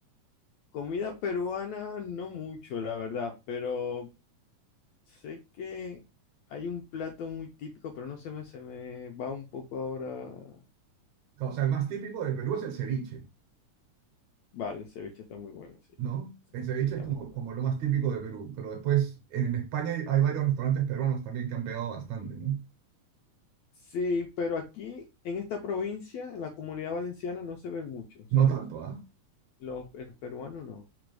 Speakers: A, on the left (about 75°); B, on the right (about 70°).
A: Comida peruana, no mucho, la verdad, pero sé que hay un plato muy típico, pero no se me, se me va un poco ahora.
B: O sea, el más típico de Perú es el ceviche.
A: Vale, el ceviche está muy bueno, sí,
B: ¿no? El ceviche
A: sí está
B: es como,
A: muy bueno.
B: como lo más típico de Perú, pero después en España hay, hay varios restaurantes peruanos también que han pegado bastante, ¿no?
A: Sí, pero aquí en esta provincia, en la Comunidad Valenciana, no se ve mucho, ¿sabes?
B: No tanto, ¿ah?
A: Los, el peruano no.